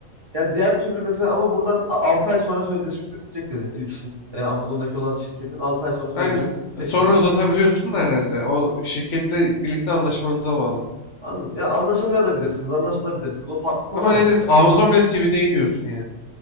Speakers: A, on the right (about 30°); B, on the left (about 70°).
A: Ya diğer türlü mesela ama buradan 6 ay sonra sözleşmesi bitecek dedin ilk işin. E, Amazon'daki olan şirketin 6 ay sonra sözleşmesi
B: Aynen.
A: bitecek
B: E, Sonra
A: dedin.
B: uzatabiliyorsun da herhalde. O şirketle birlikte anlaşmanıza bağlı.
A: Anladım. Ya anlaşamaya da bilirsiniz, anlaşabilirsiniz. O farklı konu
B: Ama
A: ama.
B: yine Amazon bile CV'de iyi diyorsun yani.